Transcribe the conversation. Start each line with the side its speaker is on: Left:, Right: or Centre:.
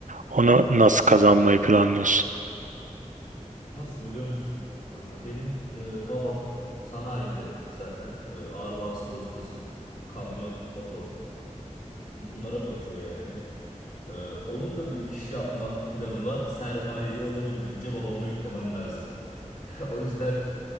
Right: Onu nasıl kazanmayı planlıyorsun?
Left: Nasıl biliyor musun kanka? Benim e, babam sanayide zaten e, ağır vasıta ustası. Kamyon, motor bunlara bakıyor yani. E, onun da bir iş yapma planı var. Sermayeyi olabildiğince babama yüklemem lazım. <laughs> O yüzden